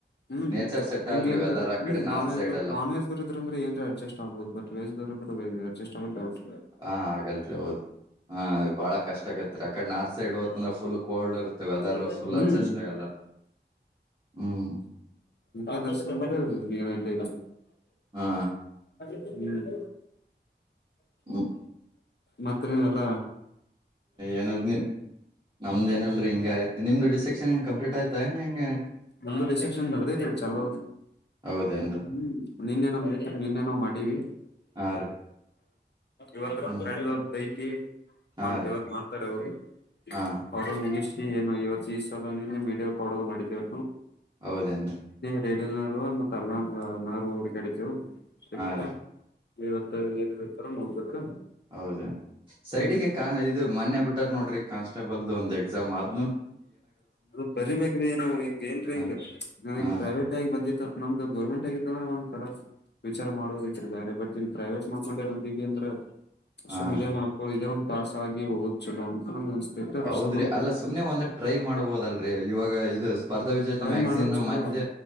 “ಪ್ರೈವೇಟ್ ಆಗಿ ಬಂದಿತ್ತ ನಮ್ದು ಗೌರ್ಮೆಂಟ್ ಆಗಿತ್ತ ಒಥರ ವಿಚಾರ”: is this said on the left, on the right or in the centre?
Left